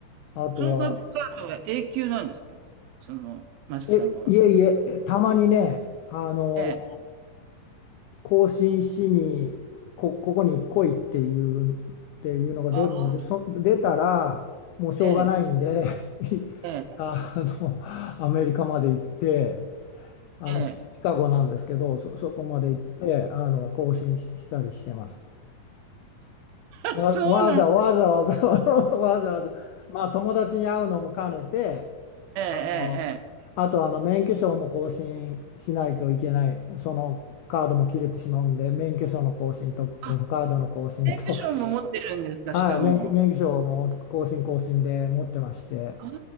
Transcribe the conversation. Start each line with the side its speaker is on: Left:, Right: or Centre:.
Left: あとは、
Right: そのカカードは永久なんですか？その、マサさんのは。
Left: え、いえいえ、えたまにね、あの、
Right: ええ。
Left: 更新しにこ、ここに来いっていう、っていうのが出るので、
Right: ああ、
Left: そ、出たらもうしょうがないんで
Right: ええ、
Left: <laughs>
Right: ええ、
Left: あの、アメリカまで行って、あのシ、
Right: ええ。
Left: シカゴなんですけど、そ、そこまで行って、あの、更新ししたりしてます。わ、
Right: あ、そうなん
Left: わざわざわざ <laughs> わざわざ、まあ友達に会うのも兼ねて、
Right: えええ
Left: あの、
Right: えええ。
Left: あとあの免許証も更新しないといけない、そのカードも切れてしまうんで、免許証の更新と図書カードの更新と、
Right: あ、定期証も持ってるんですか？
Left: <laughs> はい、
Right: シカゴの。
Left: 免許、免許証も更新更新で持ってまして、
Right: ああ、